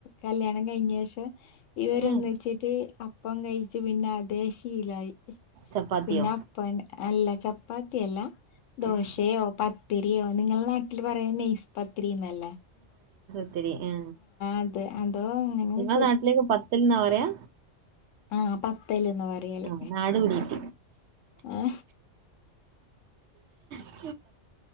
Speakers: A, on the left (about 80°); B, on the right (about 65°).
A: കല്യാണം കഴിഞ്ഞ ശേഷം ഇവരൊന്നിച്ചിട്ട്
B: ഉം
A: അപ്പം കഴിച്ചു പിന്നെ അതേ ശീലായി
B: ചപ്പാത്തിയോ
A: പിന്നെ അപ്പൻ അല്ല ചപ്പാത്തിയല്ല ദോശയോ
B: ഉം
A: പ പത്തിരിയോ നിങ്ങള നാട്ടിൽ പറയുന്ന നേഴ്സ് പത്തിരിന്നല്ലേ
B: ത്തിരി ആ
A: അത് അതോ അങ്ങനെ
B: നിങ്ങളെ നാട്ടിലേക്ക് പത്തിൽ എന്നാ പറയാ
A: ആഹ പത്തല്ന്ന പറയല്
B: ആഹ് നാട് പിടികിട്ടി
A: ആ
B: ഉ